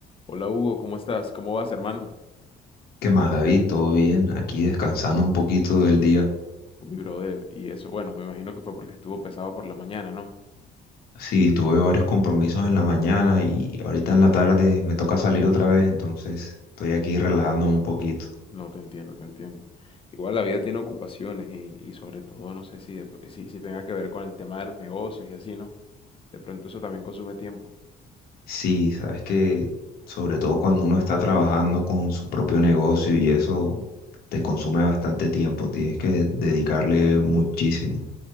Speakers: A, on the left; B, on the left.
A: Hola Hugo, ¿cómo estás? ¿Cómo vas, hermano?
B: ¿Qué más, David? ¿Todo bien? Aquí descansando un poquito del día.
A: Uy, brother, y eso, bueno, me imagino que fue porque estuvo pesado por la mañana, ¿no?
B: Sí, tuve varios compromisos en la mañana y ahorita en la tarde me toca salir otra vez, entonces estoy aquí relajándome un poquito.
A: No, te entiendo, te entiendo. Igual la vida tiene ocupaciones y, y sobre todo no sé si, de pr- si, si tenga que ver con el tema de los negocios y así, ¿no? De pronto eso también consume tiempo.
B: Sí, sabes que sobre todo cuando uno está trabajando con su propio negocio y eso te consume bastante tiempo, tienes que dedicarle muchísimo.